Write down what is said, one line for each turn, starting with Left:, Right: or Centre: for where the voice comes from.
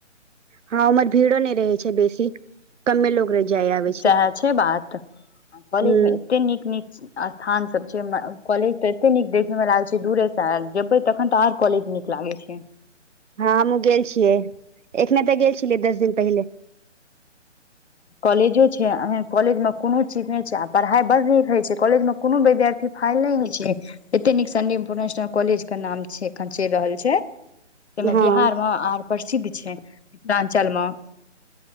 Right: हँ उमहर भीड़ो नहि रहै छै बेसी कमे लोग जाय आबे छै
Left: सएह छै बात
Right: हूँ
Left: कॉलेज मे एते नीक नीक स्थान सब छै कॉलेज तऽ एते नीक देखै में लागै छै दूरेसँ आ जेबै तखन तऽ आओर कॉलेज नीक लागे छै
Right: हँ हमहु गेल छियै एखने तऽ गेल छलियै दस दिन पहिले
Left: कॉलेजो छै एन कॉलेज मे कोनो चीज नहि छै आ पढ़ाइ बड़ नीक होइ छै कॉलेज मऽ कोनो विद्यार्थी फाइल नहि होइ छै एते नीक संडी इंटर नेशनल कॉलेज के नाम छै एखन चलि रहल छै तहिमे
Right: हँ
Left: बिहारमे आर प्रसिद्ध छै मिथिलाञ्चल मे